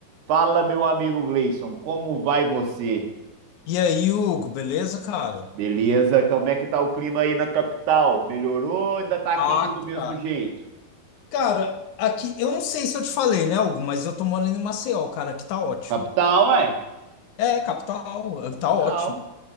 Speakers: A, on the right; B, on the left.
A: Fala, meu amigo Gleison, como vai você?
B: E aí, Hugo, beleza, cara?
A: Beleza? Como é que tá o clima aí na capital? Melhorou? ou Ainda tá
B: Ah,
A: quente do mesmo
B: cara.
A: jeito?
B: Cara, aqui, eu não sei se eu te falei, né, Hugo, mas eu tô morando em Maceió, cara, aqui tá ótimo.
A: Capital, ué?
B: É, capital, eh,
A: Capital.
B: tá ótimo,